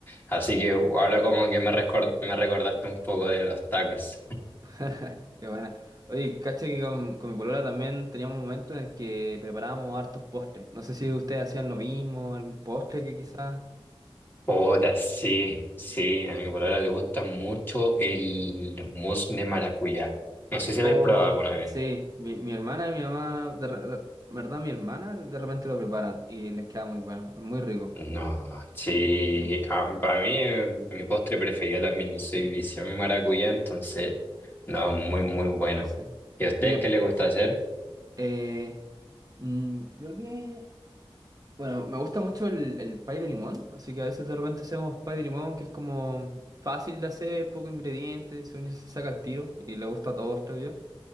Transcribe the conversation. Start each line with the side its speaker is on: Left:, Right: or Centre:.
Left: Así que ahora como que me, recor- me recordaste un poco de los tacos.
Right: <laughs> Qué buena. Oye, caché que con, con mi polola también teníamos un momento en el que preparábamos hartos postres. No sé si ustedes hacían lo mismo, algún postre que quizás.
Left: Puta, sí, sí, a mi polola le gusta mucho el mousse de maracuyá. No sé si
Right: O
Left: lo he probado alguna vez.
Right: sí, mi, mi hermana y mi mamá, de, re- de- ¿verdad? Mi hermana de repente lo preparan y les queda muy bueno, es muy rico.
Left: No, sí,
Right: Sí,
Left: a- para mí eh, mi postre preferido también, yo soy
Right: sí,
Left: visión maracuyá, entonces, no, es muy, muy bueno.
Right: sí.
Left: ¿Y a ustedes
Right: Y le,
Left: qué les gusta hacer? <laughs>
Right: eh, mm, creo que Bueno, me gusta mucho el, el pie de limón, así que a veces de repente hacemos pie de limón, que es como fácil de hacer, poco ingredientes, según yo se saca el tiro y le gusta a todos, creo yo.